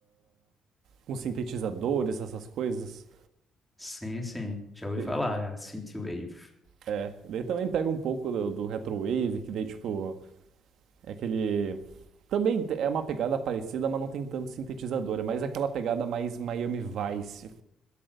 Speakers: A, on the right (about 65°); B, in the centre.
A: com sintetizadores, essas coisas.
B: Sim, sim, já ouvi
A: E-
B: falar, já. Synthwave.
A: É, daí também pega um pouco do, do retrowave, que daí tipo é aquele também te- é uma pegada parecida, mas não tem tanto sintetizador. É mais aquela pegada mais Miami Vice,